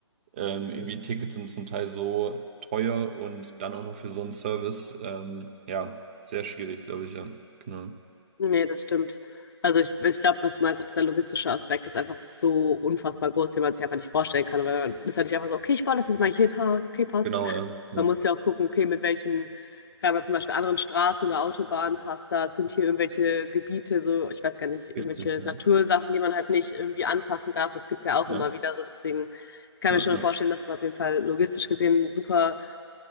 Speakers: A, on the right; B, on the left.
A: ähm, irgendwie Tickets sind zum Teil so teuer und dann auch noch für so einen Service. Ähm, ja, sehr schwierig, glaube ich, ja. Genau.
B: Nee, das stimmt. Also ich, ich glaube, was du meinst, auch dieser logistische Aspekt ist einfach so unfassbar groß, den man sich einfach nicht vorstellen kann. Weil man ist ja nicht einfach so, okay, ich baue das jetzt mal hier hin, ha, okay, passt.
A: Genau, ja. Ja,
B: Man muss ja auch gucken, okay, mit welchen, kann man zum Beispiel anderen Straßen oder Autobahnen passt das, sind hier irgendwelche Gebiete, so, ich weiß gar nicht, irgendwelche
A: richtig, ja.
B: Natursachen, die man halt nicht irgendwie anfassen darf. Das gibt's ja auch
A: Ja.
B: immer wieder so. Deswegen, ich kann
A: Ja,
B: mir schon
A: ja,
B: vorstellen, dass es auf jeden Fall logistisch gesehen super